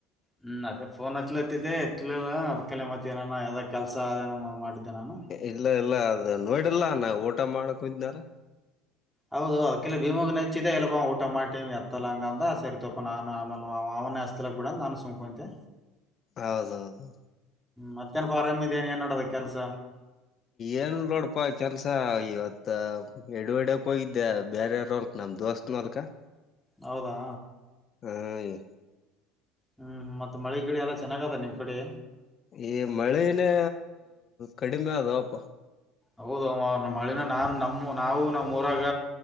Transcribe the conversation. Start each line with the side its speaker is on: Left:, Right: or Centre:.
Centre: ಹ್ಮ್ ಅದೇ ಫೋನ್ ಹಚ್ಲತ್ತಿದೆ ಎತ್ತಲಿಲ್ಲ ಅದಕಲೆ ಮತ್ತ ಏನಾನ ಯಾವದ ಕೆಲಸ ಅದೇನ ಮಾಡಿದ್ದೆ ನಾನು.
Left: ಇಲ್ಲ ಇಲ್ಲ ಅದು ನೋಡಿಲ್ಲ ನಾನ ಊಟ ಮಾಡಲಕ ಕುಂತನ್ನಲ.
Centre: ಹೌದು ಅದಕಿಲ ಬಿಮವಗ ಅಚ್ಚಿದೆ ಇ ಲ್ಲಪ ಊಟ ಮಾಡ ಟೀಮಿಗ ಎತ್ತಲ್ಲ ಹಂಗ ಅಂದ ಸರಿತಪ್ಪ ನಾನು ಆಮೇಲಾ ಅವನ ಅಚ್ಚ ಅಚ್ಚಲಕ್ ಬಿಡು ಅಂತ ನಾನು ಸುಮ್ಮ ಕುಂತೆ.
Left: ಹೌದೌದು.
Centre: ಮತ್ತೇನಫಾ ಆರಾಮ್ ಇದೇನ್ ಏನ್ ನಡದ ಕೆಲ್ಸ.
Left: ಏನಿಲ್ಲ ನೋಡಪಾ ಕೆಲ್ಸ ಇವತ್ತ. ಎಡಿ ಒಡಕ್ ಹೋಗಿದ್ದೆ ಬೇರಾರ ಹೋಲ್ಕ್ ನಮ್ ದೋಸ್ತನ ಹೋಲ್ಕ.
Centre: ಹೌದಾ.
Left: ಹ್ಮ.
Centre: ಹ್ಮ್ ಮತ್ತ ಮಳಿಗಿಳಿ ಎಲ್ಲ ಚೆನ್ನಾಗ ಅದ ನಿಮ್ ಕಡಿ.
Left: ಈ ಮಳಿನೇ ಕಡಿಮೆ ಆದಪ.
Centre: ಹೌದೋ ಮಾವ ನಮ್ಮ ಮಳಿನ ನಾನ್ ನಮ್ಮ ನಾವು ನಮ್ಮೂ ಊರಾಗ.